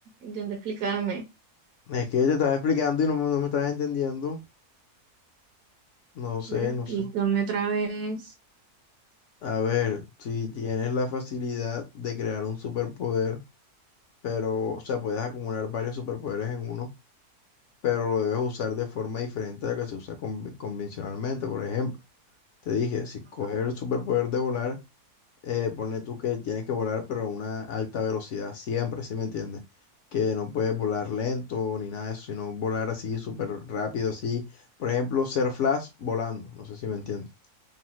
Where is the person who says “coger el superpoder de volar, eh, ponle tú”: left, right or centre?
Left